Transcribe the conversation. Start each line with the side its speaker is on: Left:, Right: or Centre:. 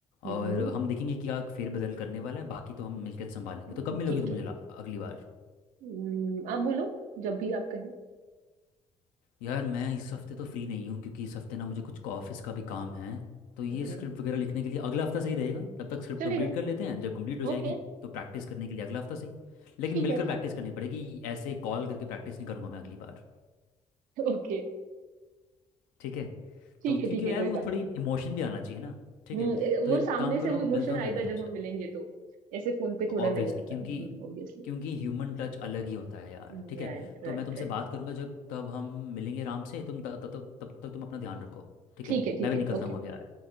Right: हम्म
Left: और हम देखेंगे कि क्या फेरबदल करने वाला है बाकी तो हम मिलकर संभालेंगे
Right: हम्म,
Left: तो कब मिलोगी
Right: ठीक
Left: तुम
Right: है
Left: मुझे ला- अगली बार
Right: हम्म, आप बोलो जब भी आप कहें
Left: यार मैं इस हफ्ते तो फ्री नहीं हूँ क्योंकि इस हफ्ते ना मुझे कुछ ऑफिस का भी काम है तो ये
Right: ओके
Left: स्क्रिप्ट वगैरह लिखने के लिए अगला हफ्ता सही रहेगा तब तक स्क्रिप्ट
Right: चलेगा
Left: कंप्लीट कर लेते हैं जब कंप्लीट हो जाएगी
Right: ओके
Left: तो प्रैक्टिस करने के लिए अगला हफ्ता सही लेकिन
Right: ठीक
Left: मिलकर
Right: है
Left: प्रैक्टिस करनी पड़ेगी ऐसे कॉल करके प्रैक्टिस नहीं करूँगा मैं अगली बार
Right: ओके
Left: ठीक है
Right: ठीक
Left: तो
Right: है
Left: क्योंकि
Right: ठीक है
Left: यार
Right: कोई
Left: वो
Right: बात
Left: थोड़ी
Right: नहीं
Left: इमोशन भी आना चाहिए ना ठीक
Right: हम्म
Left: है
Right: ए,
Left: तो
Right: वो
Left: एक
Right: सामने
Left: काम करो
Right: से वो
Left: मिलता
Right: इमोशन
Left: हूँ
Right: आएगा
Left: फिर मैं तुमसे
Right: जब हम मिलेंगे तो ऐसे फोन पे थोड़ा
Left: ऑब्वियसली
Right: नहीं आता
Left: क्योंकि
Right: हम्म obviously
Left: क्योंकि ह्यूमन टच अलग ही होता है यार
Right: Right
Left: ठीक है
Right: right
Left: तो मैं तुमसे
Right: right
Left: बात करूंगा जब तब हम मिलेंगे आराम से तुम तब तब तब तक तुम अपना ध्यान रखो ठीक
Right: ठीक
Left: है
Right: है ठीक
Left: मैं भी
Right: है
Left: निकलता
Right: Okay
Left: हूँ अब यार